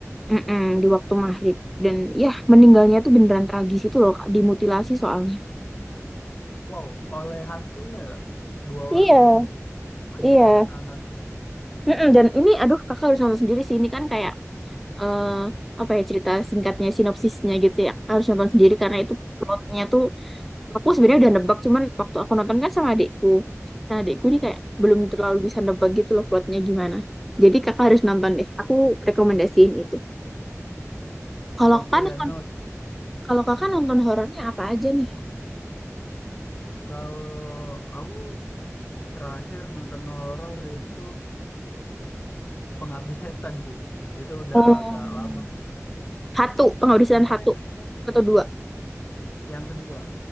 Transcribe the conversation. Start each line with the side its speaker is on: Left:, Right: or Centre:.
Centre: mm-mm, di waktu maghrib dan ya meninggalnya tuh beneran tragis itu loh Kak, dimutilasi soalnya.
Left: Wow, oleh hantunya gak? Dua
Centre: Iya,
Left: orang tadi, wanita
Centre: iya.
Left: dan anaknya.
Centre: Mm-mm, dan ini aduh kakak harus nonton sendiri sih ini kan kayak eh apa ya cerita singkatnya sinopsisnya gitu ya Kakak harus nonton sendiri karena
Left: Ya.
Centre: itu plotnya tuh aku sebenarnya udah nebak cuman waktu aku nonton kan sama adikku nah adikku ini kayak
Left: Hmm.
Centre: belum terlalu bisa nebak gitu loh plotnya gimana jadi kakak harus nonton deh aku rekomendasiin itu kalau
Left: Oke
Centre: kakak nonton
Left: kan, Nut.
Centre: kalau kakak nonton horornya apa aja nih
Left: Kalau aku terakhir nonton horor itu Pengabdi Setan sih. Itu udah
Centre: Oh,
Left: agak lama
Centre: Hatu penghabisan
Left: sebelumnya
Centre: Hatu atau dua
Left: yang kedua